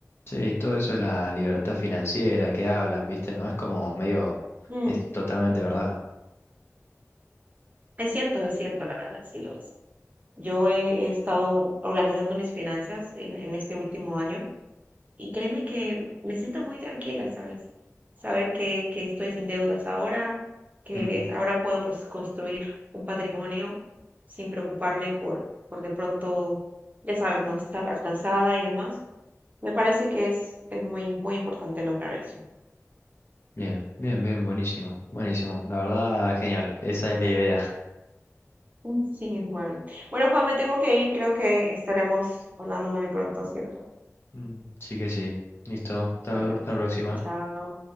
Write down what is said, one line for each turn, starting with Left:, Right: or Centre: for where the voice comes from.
Left: Sí, y todo eso de la libertad financiera que hablan, ¿viste? No es como medio,
Right: Mm,
Left: es totalmente verdad.
Right: Es cierto, es cierto, la verdad, sí lo es. Yo he, he estado organizando mis finanzas en, en este último año y créeme que me siento muy tranquila, ¿sabes? Saber que, que estoy sin deudas ahora, que
Left: Mm.
Right: es- ahora puedo pues construir un patrimonio sin preocuparme por, por de pronto, ya sabes, no estar alcanzada y demás. Me parece que es, es muy, muy importante lograr eso.
Left: Bien, bien, bien, buenísimo, buenísimo. La verdad, genial, esa es la idea.
Right: Mm, Sí, bueno. Bueno, Juan, me tengo que ir. Creo que estaremos hablando muy pronto, ¿cierto?
Left: Mm, Sí que sí. Listo, hasta
Right: Bueno,
Left: hasta la próxima.
Right: chao.